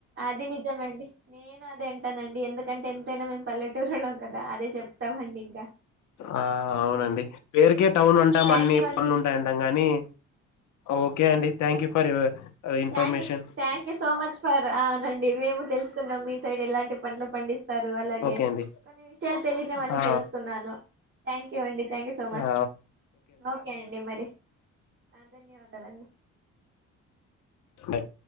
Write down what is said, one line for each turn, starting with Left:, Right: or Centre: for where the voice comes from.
Right: అది నిజమండి నేను అదే అంటానండి ఎందుకంటే ఎంతైనా మేము పల్లె అదే చెప్తామండి ఇంకా
Left: ఆ అవునండి పేరుకే టౌన్ ఉంటాం
Right: థ్యాంక్
Left: అన్ని
Right: యూ అండి
Left: పనులు ఉంటాయింటాం కానీ ఓకే అండి thank you for your information
Right: thank thank you so much for అవునండి మేము తెలుసుకున్నాం మీ సైడ్ ఎలాంటి పంటలు పండిస్ స్తారు అలాగే
Left: ఓకే అండి
Right: కొన్ని విషయాలు తెలియనివన్నీ
Left: ఆ
Right: తెలుసుకున్నాను థ్యాంక్ యూ అండి థ్యాంక్ యూ సో మచ్
Left: ఆ
Right: ఓకే అండి మరి ఆ ధన్యవాదాలండి
Left: బయ్